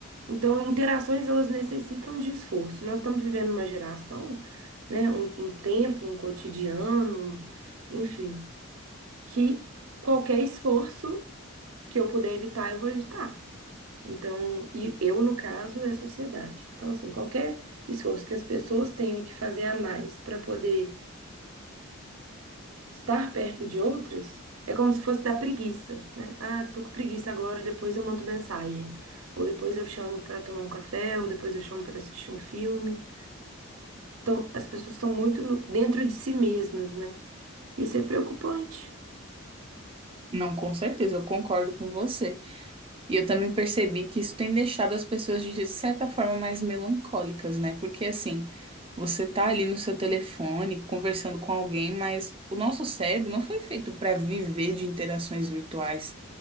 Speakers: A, on the right; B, on the right.
A: Então, interações, elas necessitam de esforço. Nós estamos vivendo uma geração, né, um, um tempo, um cotidiano, enfim, que qualquer esforço que eu puder evitar, eu vou evitar. Então, e eu, no caso, é a sociedade. Então, assim, qualquer esforço que as pessoas tenham que fazer a mais para poder estar perto de outras, é como se fosse da preguiça, né? Ah, tô com preguiça agora, depois eu mando mensagem. Ou depois eu chamo para tomar um café, ou depois eu chamo para assistir um filme. tão- as pessoas estão muito no- dentro de si mesmas, né? Isso é preocupante.
B: Não, com certeza, eu concordo com você. E eu também percebi que isso tem deixado as pessoas de certa forma mais melancólicas, né? Porque assim, você tá ali no seu telefone conversando com alguém, mas o nosso cérebro não foi feito para viver de interações virtuais,